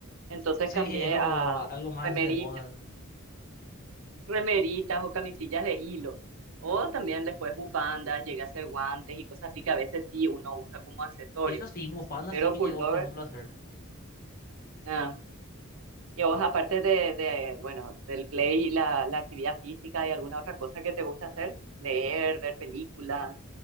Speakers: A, on the right; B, on the left.
A: entonces
B: Sí,
A: cambié
B: es como
A: a
B: algo más
A: remeritas
B: de moda también.
A: remeritas o camisillas de hilo. O también después bufandas, llega a ser guantes y cosas así que a veces sí uno usa como accesorio.
B: Y eso sí, bufanda
A: Pero
B: sí que
A: pullover,
B: llegó, por ejemplo, a hacer. Sí.
A: ah. Y a vos, aparte de, de, bueno, del play, y la, la actividad física y alguna otra cosa que te gusta hacer, leer, ver películas.